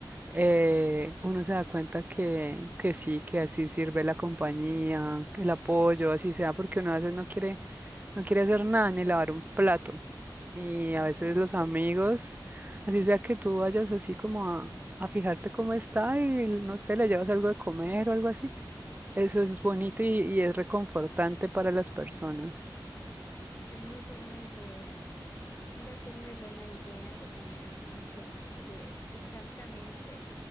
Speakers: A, on the right; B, on the left.
A: eh, uno se da cuenta que, que sí, que así sirve la compañía, que el apoyo, así sea, porque uno a veces no quiere, no quiere hacer nada ni lavar un plato. Y
B: Exacto,
A: a veces los amigos, así sea que tú vayas así como a, a fijarte cómo está y no sé, le llevas algo de comer o algo así eso es bonito y, y es reconfortante para las personas.
B: es muy buena idea. Mira que es muy buena idea lo que me has dicho porque exactamente